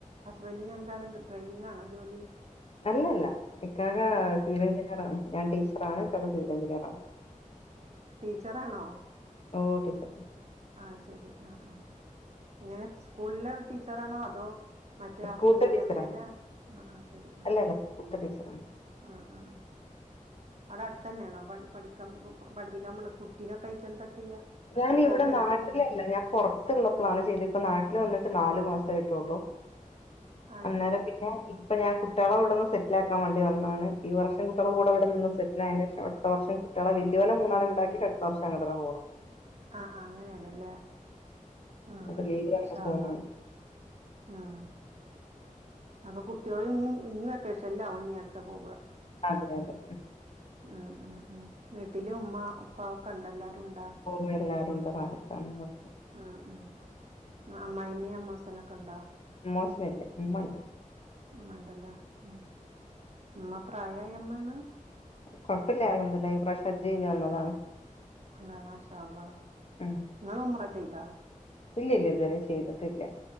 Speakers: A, on the right; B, on the left.
A: വനിൻ എന്താണ് ഡ്രൈവിങ്ങ് ആണോ ജോലി
B: അല്ലല്ല ഇക്കാക
A: ഉം
B: സിവിൽ എൻജിറാണ് ഞാൻ ടീച്ചറാണ് കഥ സിവിൽ എൻജിനിയറാണ്
A: ടീച്ചറാണോ
B: ഓ ടീച്ചർ
A: ആ ശരി ആ ആ എങ്ങനെ സ്കൂളിലെ ടീച്ചറാണോ അതോ മറ്റോ
B: സ്കൂൾത്തെ
A: <unintelligible>
B: ടീച്ചറാണ്
A: ആ ആ ശരി ആ
B: അല്ലല്ല സ്കൂൾത്തെ ടീച്ചറാണ്
A: ആ ആ ആ അവിടെ അടുത്തന്നെയാണോ വൺ പഠിക്കാ പഠിപ്പിക്കാൻ കുട്ടികാക്കയിട്ട് എന്താ ചെയ്യാ
B: ഞാൻ
A: ചെറുതല്ലേ
B: ഇവിടെ നാട്ടിലല്ല
A: കുട്ടി
B: ഞാൻ പുറത്തുള്ളപ്പോഴാണ് ചെയ്ത് ഇപ്പൊ നാട്ടിൽ വന്നിട്ട നിട്ട് നല് മാസയിട്ടുള്ളു
A: ആ
B: അന്നേരം
A: ശരി
B: പിന്നെ ഇപ്പഴാ ഞാൻ കുട്ടികളെ വിടുന്നെ സെറ്റിലാ ക്കാം വേണ്ടിവന്നാണ് ഈ വർഷം കുട്ടികളെകൂടെവിടെന്ന് സെറ്റിലായാ ശോഷം അടുത്ത വർഷം കുട്ടികളെ വലിയ പോല മൂന്നാളും വിടാക്ക ആക്കി അടുത്ത വർഷം അങ്ങട്ടൊന്നു പോണം
A: ആഹ് ആഹ് അങ്ങനൊണല്ലേ ആ
B: അപ്പൊ ലീവ്
A: മഷാ
B: പറഞ്ഞ് പോന്നാണ്
A: അള്ളാ ഉം അപ്പൊ കുട്ടികള് നീ നീ വെക്കേഷനില് ആവോ ഇനി അടുത്ത് പോ
B: അതെ അതെ
A: ഉം ഉം ഉം വീട്ടില ഉമ്മമാ ഉപ്പ ഒക്കെ ഒണ്ടല്ലോ ഉണ്ട
B: ഉം എല്ലാരും ഉണ്ട് റാഹത്താണ് കൊഴപ്പ
A: ഉം ഉം ആമ്മായിയമ്മയും അമ്മമാസനൊക്കെ ഉണ്ടോ
B: മോശന ഇല്ല ഉമ്മയുണ്ട്
A: ഉമ്മയുണ്ടല്ലേ ഉ ഉമ്മ പ്രായയാ അമ്മയാണോ
B: കൊഴപ്പില്ലാല എന്ല്ല ഈ പ്രാവശ്യം ഗജജ് വന്നതാണ്
A: അതെ മാഷാഅള്ളാ
B: ഉം
A: നുമറാ ചെയ്ത
B: ഇല്ല ഇല്ല ഇതുവരെ ചെയ്തിട്ടില്ല